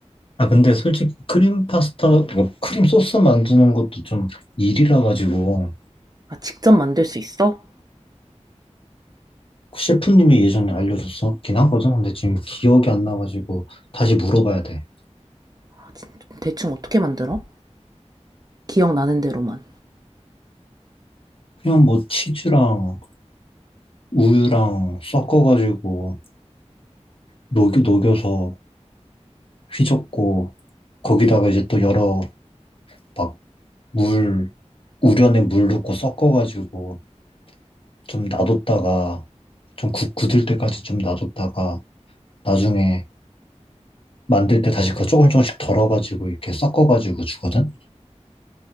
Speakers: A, on the left (about 50°); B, on the right (about 35°).
A: 아, 근데 솔직히 크림 파스타, 뭐 크림 소스 만드는 것도 좀 일이라 가지고
B: 아 직접 만들 수 있어?
A: 그 셰프님이 예전에 알려줬었긴 하거든. 근데 지금 기억이 안 나가지고 다시 물어봐야 돼.
B: 아, 진- 대충 어떻게 만들어? 기억나는 대로만
A: 그냥 뭐 치즈랑 우유랑 섞어가지고 녹, 녹여서 휘젓고 거기다가 이제 또 여러 막 물, 우려낸 물 넣고 섞어가지고 좀 놔뒀다가 좀 굳, 굳을 때까지 좀 놔뒀다가 나중에 만들 때 다시 그거 조금 조금씩 덜어가지고 이렇게 섞어가지고 주거든?